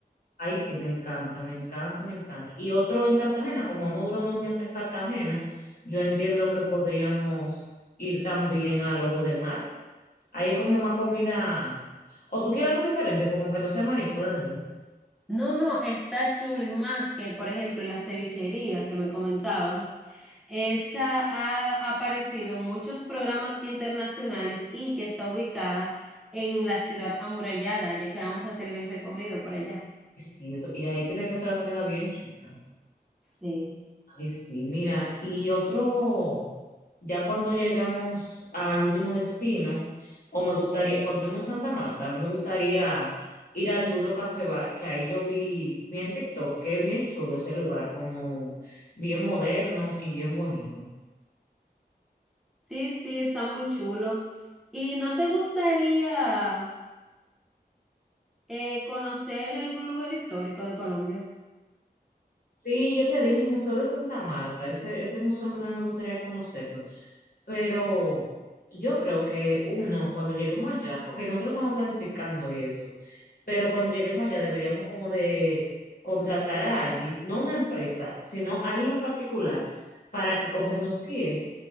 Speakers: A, on the left (about 60°); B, in the centre.
A: Ay, sí, me encanta, me encanta, me encanta. Y otro en Cartagena, como vamos a durar unos días en Cartagena, yo entiendo que podríamos ir también a Lobo de Mar. Ahí es como más comida. O tú quieres algo diferente, como que no sea marisco de nuevo.
B: No, no, está chulo y más que, por ejemplo, la cevichería que me comentabas. Esa ha aparecido en muchos programas internacionales y que está ubicada en la ciudad amurallada, ya que vamos a hacer el recorrido por allá.
A: Y Sí, eso. Y ahí tiene que ser la comida bien rica.
B: Sí,
A: Ay, sí, mira, y otro, ya cuando llegamos al último destino, o me gustaría, cuando estemos en Santa Marta, a mí me gustaría ir al Lulo Café Bar, que ahí yo vi, vi en TikTok, que bien chulo ese lugar, como bien moderno y bien bonito.
B: sí, sí, está muy chulo. ¿Y no te gustaría eh, conocer algún lugar histórico de Colombia?
A: Sí, yo te dije el Museo de Santa Marta, ese, ese museo en verdad me gustaría conocerlo. Pero yo creo que uno, cuando lleguemos allá, ok, nosotros estamos planificando y eso, pero cuando lleguemos allá deberíamos como de contratar a alguien, no una empresa, sino alguien en particular, para que como que nos guíe